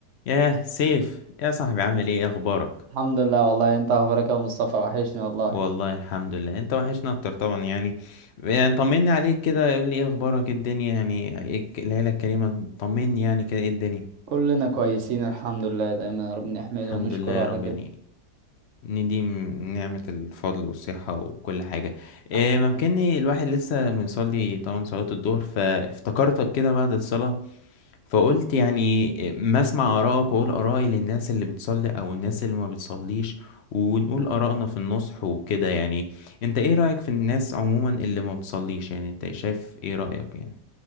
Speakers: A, on the left; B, on the right.
A: ياه سيف يا صاحبي عامل ايه إيه اخبارك
B: الحمد لله والله انت اخبارك يا أبو مصطفى وحشني والله
A: والله الحمد لله انت وحشنا اكتر طبعا يعني يعني طمني عليك كده قول لي ايه اخبارك إيه الدنيا يعني ايه الك- العيله الكريمه طمني يعني كده ايه الدنيا
B: كلنا كويسين الحمد لله دايما ربنا يحمده
A: الحمد
B: ونشكره
A: لله يا
B: على
A: رب
B: كده
A: يعني نديم نعمه الفضل والصحه وكل حاجه إيه
B: <clears throat>
A: ممكنني الواحد لسه مصلي طبعا صلاه الظهر فافتكرتك كده بعد الصلاه فقلت يعني ما اسمع آرائك وأقول آرائي للناس اللي بتصلي أو الناس اللي ما بتصليش ونقول آرائنا في النصح وكده يعني انت ايه رأيك في الناس عموما اللي ما بتصليش يعني انت شايف ايه رأيك يعني